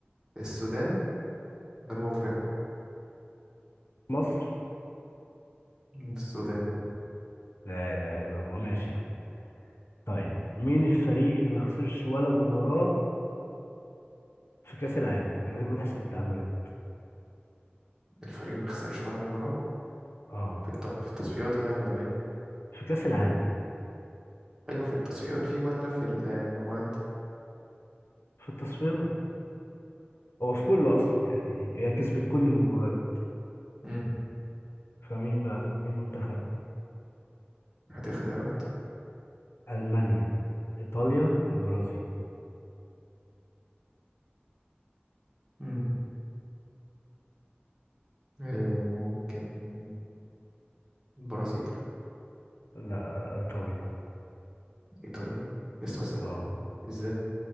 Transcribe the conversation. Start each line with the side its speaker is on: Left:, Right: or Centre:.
Right: السودان جنوب أفريقيا
Left: مصر
Right: مم، السودان
Left: لا إله إلا الله ماشي يا عم طيب مين الفريق اللي ما خسرش ولا مباراة في كأس العالم من غير ما تحسب التعادلات
Right: الفريق ما خسرش ولا مباراة
Left: اه
Right: في الت- في التصفيات يعني ولا ايه
Left: في كأس العالم
Right: ايوه في التصفيات فيه ولا في المجموعات
Left: في التصفيات هو في كله أصلا يعني هي كسبت كل المباريات
Right: امم
Left: فمين بقى مين منتخب
Right: هاتي اختيارات
Left: ألمانيا إيطاليا البرازيل
Right: مم. إيه ممكن البرازيل
Left: لا إيطاليا
Right: ايطاليا يس بس
Left: اه
Right: ازاي